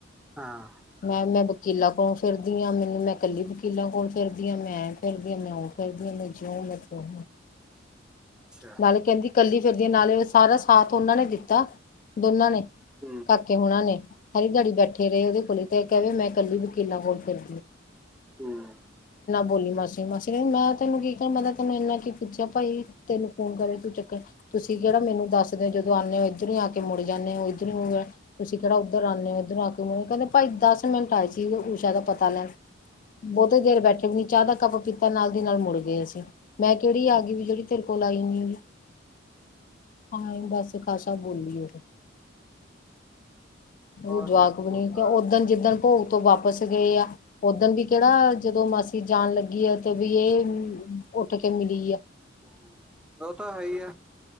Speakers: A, in the centre; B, on the left.
A: ਹਾਂ
B: ਮੈਂ-ਮੈਂ ਵਕੀਲਾ ਕੋਲੋਂ ਫਿਰਦੀ ਆ ਮੈਨੂੰ ਮੈਂ। ਕੱਲੀ ਵਕੀਲਾਂ ਕੋਲ ਫਿਰਦੀਆਂ ਮੈਂ ਐ ਫਿਰਦੀ ਆ ਮੈਂ ਉਹ ਫਿਰਦੀ ਹ ਮੈਂ ਜਿਉਂ ਮੈਂ ਤ।
A: ਅੱਛਾ
B: ਨਾਲੇ ਕਹਿੰਦੀ ਕੱਲੀ ਫਿਰਦੀਆਂ ਨਾਲੇ ਸਾਰਾ ਸਾਥ ਉਹਨਾਂ ਨੇ ਦਿੱਤਾ। ਦੋਨਾਂ ਨੇ
A: ਹਮ।
B: ਕਾਕੇ ਹੋਣਾ ਨੇ ਸਾਰੀ ਦਿਹਾੜੀ ਬੈਠੇ ਰਹੇ ਉਹਦੇ ਕੋਲ ਤੇ ਕਹਿਵੇ ਮੈਂ ਕੱਲੀ ਵਕੀਲਾਂ ਕੋਲ ਫਿਰ।
A: ਹਮ।
B: ਬੋਲੀ ਮਾਸੀ-ਮਾਸੀ ਮੈਂ ਤੈਨੂੰ ਕੀ ਕਿਹਾ ਮੈਂ ਕਿਹਾ ਤੈਨੂੰ ਇੰਨਾ ਕੀ ਪੁੱਛਿਆ ਭਾਈ। ਤੈਨੂੰ ਫੋਨ ਕਰੇ ਤੂੰ ਚੱਕਰ ਤੁਸੀਂ ਕਿਹੜਾ ਮੈਨੂੰ ਦੱਸ ਦਿਦੇ ਹੋ ਜਦੋਂ ਆਉਂਦੇ ਹੋ ਇੱਧਰ ਹੀ ਆ ਕੇ ਮੁੜ ਜਾਂਦੇ ਹੋ ਇੱਧਰ ਹੀ। ਤੁਸੀਂ ਕਿਹੜਾ ਉੱਧਰ ਆਉਂਦੇ ਹੋ ਉੱਧਰ ਆ ਕੇ ਮ ਕਹਿੰਦੇ ਭਾਈ ਦਸ ਮਿੰਟ ਆਏ ਸੀ ਊਸ਼ਾ ਦਾ ਪਤਾ ਲੈਣ। ਬਹੁਤੇ ਦੇਰ ਬੈਠੇ ਵੀ ਨੀ ਚਾਹ ਦਾ ਕੱਪ ਪੀਤਾ ਨਾਲ ਦੀ ਨਾਲ ਮੁੜ ਗਏ ਅਸੀਂ ਮੈਂ ਕਿਹੜੀ ਆ ਗਈ ਵੀ ਜਿਹੜੀ। ਤੇਰੇ ਕੋਲ ਆਈ ਨਹੀਂ ਹੈਗੀ। ਏਹਨ ਬੱਸ ਖਾਸ਼ਾ ਬੋਲੀ ਉਹ। ਉਹਦੇ
A: ਉਹ
B: ਜਵਾਕ
A: ਬੇਵਕੂਫ
B: ਵੀ ਨੀ ਕਿ
A: ਆ
B: ਉ ਓਦਣ ਜਿੱਦਣ। ਭੋਗ ਤੋਂ ਵਾਪਸ ਗਏ ਆ ਓਦਣ ਵੀ ਕਿਹੜਾ ਜਦੋਂ ਮਾਸੀ। ਜਾਣ ਲੱਗੀ ਆ ਤੇ ਵੀ ਇਹ ਉੱਠ ਕੇ ਮਿਲੀ ਆ।
A: ਹ ਉਹ ਤਾਂ ਹੈ ਹੀ।